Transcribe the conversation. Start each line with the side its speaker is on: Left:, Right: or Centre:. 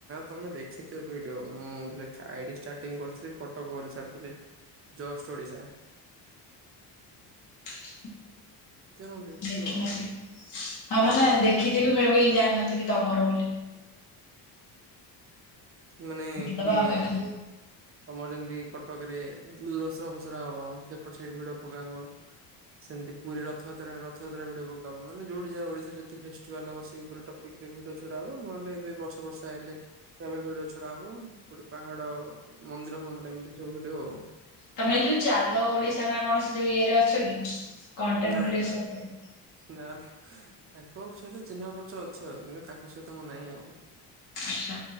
Right: ତୋମେ ଦେଖିଥିବ ଭିଡିଓ ମୁଁ <unintelligible> ଆଇଡି ଷ୍ଟାର୍ଟିଂ କରିଥିଲି କଟକ କରି ଛାଡିଥିଲି। ଜଷ୍ଟ ଓଡ଼ିଶା।
Left: <unintelligible>
Right: ନ ଦେଖିଥିବ।
Left: ଦେଖିନଥିବି। ହଁ ମାନେ ଦେଖିଥିବି, ମେ ବି ଜାଣିନଥିବି ତୋମର ବୋଲି।
Right: ମାନେ
Left: ଦେଖିଦବା
Right: ପିଆଇପି
Left: ଆଉ ଏବେ
Right: ତୋମର ଯେମତି କଟକ ରେ ଦଶରା ଫସରା ହବ। ସେପଟ ସାଇଡ ଭିଡିଓ ପକା ହବ। ସେମିତି ପୁରୀ ରଥଯାତ୍ରା, ରଥଯାତ୍ରା ଭିଡିଓ ପକାହବ। ମାନେ ଯୋଉଠି ଯାହା ଓଡିଶାରେ ଯେତିକ ଫେଷ୍ଟିଭାଲ ହବ ସେଇ ଉପରେ ଟ ଦେଖିତେ ଭିଡିଓ ଛଡା ହବ ନହେଲେ ଏବେ ବର୍ଷା ବର୍ଷା ହେଲେ ଟ୍ରାଭେଲ୍ ଭିଡିଓ ଛଡା ହବ। କୋଉଠି ପାହାଡ ମନ୍ଦିର ଫନ୍ଦିର ଏମିତି ସବୁ ଭିଡିଓ।
Left: ତୋମେ ଏ ଯୋଉ ଚାଲ ଓଡିଶା ନା କୌଣସି ଯୋଉ ଇଏ ରେ ଅଛ କି କଣ୍ଟେଣ୍ଟ
Right: ନା
Left: କ୍ରିଏସନରେ?
Right: ନା ନା ତ ତାଙ୍କ ସହିତ ଚିହ୍ନା ପରଚୟ ଅଛି ଆଉ। କିନ୍ତୁ ତାଙ୍କ ସହିତ ମୁଁ ନାହିଁ ଆଉ।
Left: ଆଚ୍ଛା।